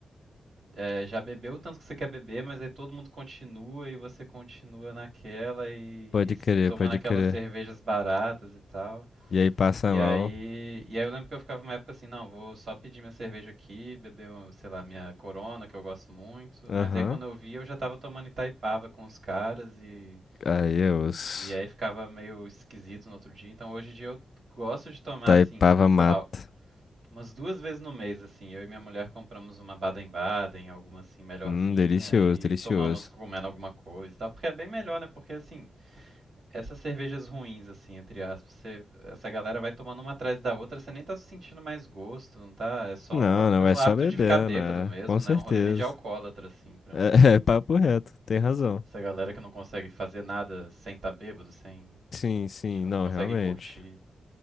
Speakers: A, on the right (about 60°); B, on the left (about 60°).
A: É, já bebeu o tanto que você quer beber, mas aí todo mundo continua e você continua naquela e,
B: pode
A: e
B: crer,
A: tomando
B: pode
A: aquelas
B: crer.
A: cervejas baratas e tal.
B: E aí passa
A: E
B: mal.
A: aí, e aí eu lembro que eu ficava uma época assim, não, vou só pedir minha cerveja aqui, beber, uma, sei lá, minha Corona, que eu gosto muito.
B: Aham.
A: Mas aí quando eu vi, eu já tava tomando Itaipava com os caras e,
B: Aí é osso.
A: e aí ficava meio esquisito no outro dia. Então hoje em dia eu gosto de tomar
B: Taipava
A: assim, sei
B: mata.
A: lá, Umas duas vezes no mês, assim, eu e minha mulher compramos uma Baden-Baden, alguma assim melhorzinha
B: Hum, delicioso,
A: e
B: delicioso.
A: tomamos comendo alguma coisa e tal, porque é bem melhor, né? Porque assim, essas cervejas ruins, assim, entre aspas, você- essa galera vai tomando uma atrás da outra, você nem tá sentindo mais gosto, não tá? É só
B: Não,
A: um-
B: não
A: pelo
B: é só
A: hábito
B: bebendo,
A: de ficar bêbado
B: é,
A: mesmo,
B: com certeza.
A: né? Um rolê meio de alcoólatra, assim, pra
B: É,
A: mim.
B: <laughs> é papo reto, tem razão.
A: Essa galera que não consegue fazer nada sem tá bêbado, sem,
B: Sim, sim,
A: tipo,
B: não,
A: não consegue
B: realmente.
A: curtir.